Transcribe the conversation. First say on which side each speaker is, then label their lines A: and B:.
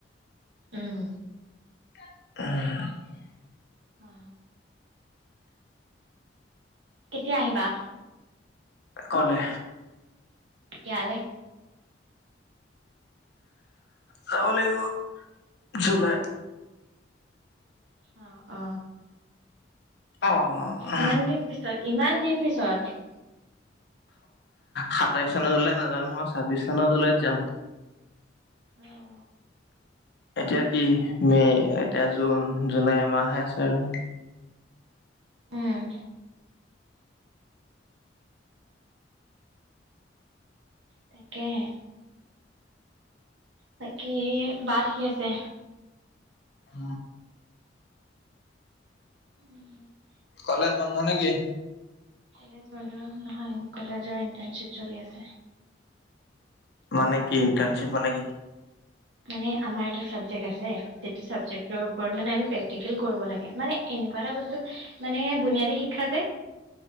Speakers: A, on the right; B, on the left.
A: উম
B: উম
A: অ কেতিয়া আহিবা
B: কলে
A: ইয়ালে
B: যাব লাগিব জুলাইত
A: অ অ
B: অ অ
A: ইমান দিন পিছত ইমান দিন পিছত চত
B: সাতাইশ চনৰ জুলাই নাযাও নহয় ছাব্বিশ চনৰ জুলাইত যাম
A: অ অ
B: এতিয়া কি মে এতিয়া জু জুন জুলাই এ মাহে আছে আৰু
A: উম তাকেহে বাকী বা ঠিকে আছে
B: হ
A: উম
B: কলেজ বন্ধ নেকি?
A: কলেজ বন্ধ নহয় কলেজৰ ইণ্টাৰনচিপ চলি আছে
B: মানে কি ইণ্টাৰ্ণশ্বিপ মানে কি?
A: মানে আমাৰ এটা চাবজেক্ট আছে, যিটো চাবজেক্টৰ ওপৰত মানে আমি প্ৰেক্টিকেল কৰিব লাগে। মানে এনেকুৱা এটা বস্তু মানে বুনিয়াদী শিক্ষা যে